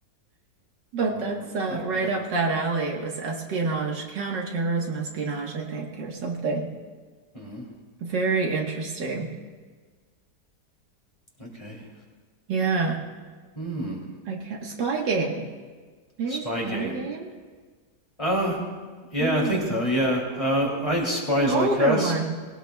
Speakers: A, on the right; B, on the left.
A: But
B: Um,
A: that's uh,
B: Uh,
A: right up that alley. It was espionage, counterterrorism espionage, I think, or something.
B: hmm.
A: Very interesting.
B: Okay.
A: Yeah.
B: Hmm.
A: I can't. Spy Game. Maybe
B: Spy
A: Spy
B: game.
A: Game?
B: Ah, uh, yeah,
A: Yeah.
B: I think so. Yeah. Uh, I like spies
A: An older
B: like us.
A: one.